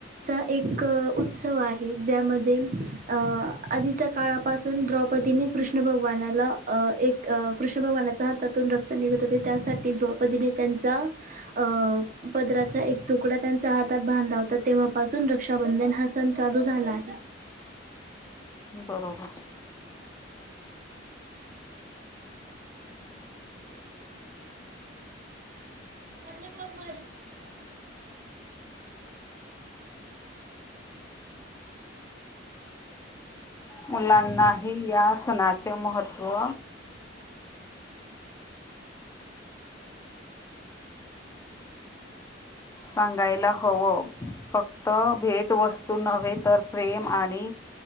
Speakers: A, on the right; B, on the left.
A: च एक उत्सव आहे ज्यामध्ये अ आधीचा काळापासून द्रौपदीने कृष्ण भगवानाला अ एक कृष्ण भगवानाचा हातातून रक्त निघत होते त्यासाठी द्रौपदीने त्यांचा अ पदराचा एक तुकडा त्यांचा हातात बांधला होता तेव्हापासून रक्षा बंधन हा सण चालू झाला आहे.
B: बरोबर. <inaudible>
A: <inaudible>
B: मुलांनाही या सणाचे महत्व सांगायला हवं. फक्त भेटवस्तू नव्हे तर प्रेम आणि